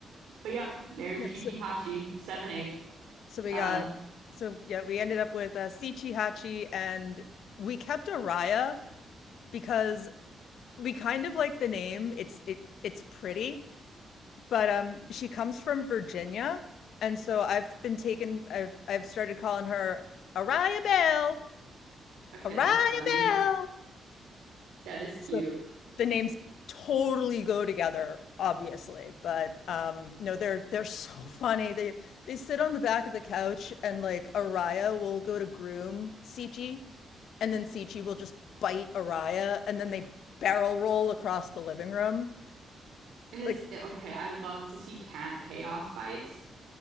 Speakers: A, on the right; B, on the left.
A: But yep, there's
B: Yep.
A: Shichikashi,
B: So
A: seven eight.
B: so we
A: Um,
B: got so yeah, we ended up with uh, Hachi, and we kept Araya because we kind of like the name. It's it it's pretty, but um she comes from Virginia, and so I've been taken I've I've started calling her Araya Bell.
A: okay,
B: Araya
A: that's funny.
B: Bell.
A: That is cute.
B: So the names totally go together, obviously. But um no, they're they're so funny. They they sit on the back of the couch and like Araya will go to groom Sichi and then Sichi will just bite Araya and then they barrel roll across the living room.
A: And it's
B: Like
A: okay, I love to see cat chaos bites.